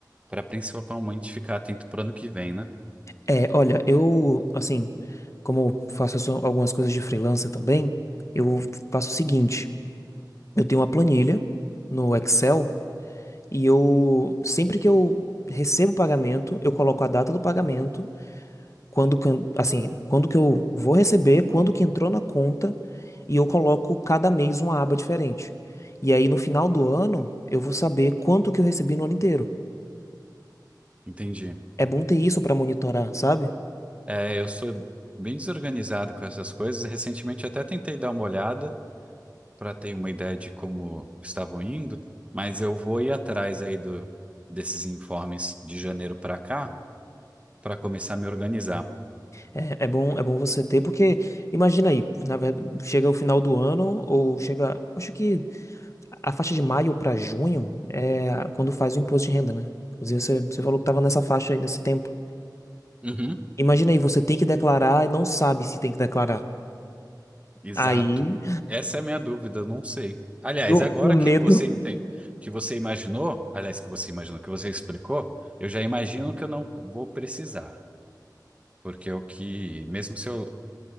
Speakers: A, on the right; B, on the left.
A: para principalmente ficar atento pro ano que vem, né?
B: É, olha, eu, assim, como eu faço so- algumas coisas de freelancer também, eu faço o seguinte: eu tenho uma planilha no Excel e eu, sempre que eu recebo o pagamento, eu coloco a data do pagamento, quando, que eu- assim, quando que eu vou receber, quando que entrou na conta, e eu coloco cada mês uma aba diferente. E aí, no final do ano, eu vou saber quanto que eu recebi no ano inteiro.
A: Entendi.
B: É bom ter isso pra monitorar, sabe?
A: É, eu sou bem desorganizado com essas coisas. Recentemente até tentei dar uma olhada para ter uma ideia de como estavam indo, mas eu vou ir atrás aí do, desses informes de janeiro para cá para começar a me organizar.
B: É, é bom, é bom você ter, porque imagina aí, na verdade, chega o final do ano, ou chega, acho que a faixa de maio pra junho é a- quando faz o imposto de renda, né? Inclusive, você, você falou que tava nessa faixa aí, nesse tempo.
A: Uhum.
B: Imagina aí, você tem que declarar e não sabe se tem que declarar.
A: Exato.
B: Aí,
A: Essa é a minha dúvida, eu não sei. Aliás,
B: o,
A: agora
B: o medo.
A: que você enten- que você imaginou, aliás, que você imaginou, que você explicou, eu já imagino que eu não vou precisar, porque o que, mesmo se eu